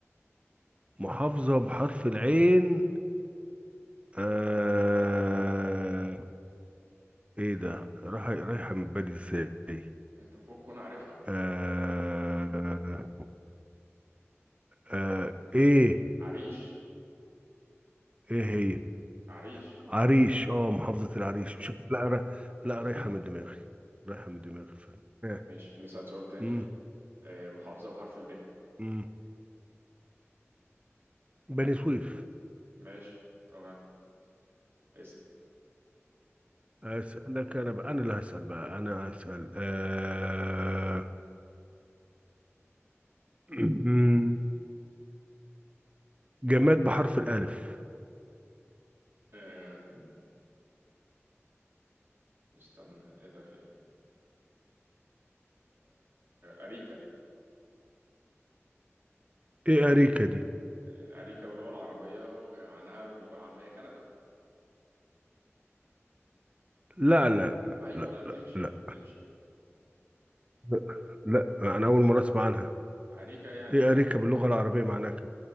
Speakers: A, on the right (about 25°); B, on the right (about 50°).
A: محافظة بحرف العين آه... ايه ده راح رايحة من بالي ازاي
B: انت فوق كون عارفها
A: آه...
B: يعني.
A: آه... ايه
B: عريش
A: ايه هي
B: عريش
A: عريش اه محافظة العريش مش لا را...
B: <laughs>
A: لا رايحة من دماغي رايحة من دماغي فعلا آه.
B: ماشي نسأل سؤال تاني
A: مم.
B: آه، محافظة بحرف الب
A: مم. بني سويف
B: ماشي تمام اسأل
A: أسألك أنا بقى أنا اللي هسأل بقى أنا هسأل أه... <clears throat> جماد بحرف الألف
B: آه، استنى ايه ده فين أريكا
A: إيه أريكة دي؟
B: أريكة باللغة العربية ومعناها باللغة العامية كنبة
A: لا لا
B: أيوة
A: لا
B: لا تمشي
A: لا لا
B: تمشي
A: لا لا أنا أول مرة أسمع عنها
B: أريكة يعني
A: إيه
B: كنبة
A: أريكة باللغة العربية معناها كده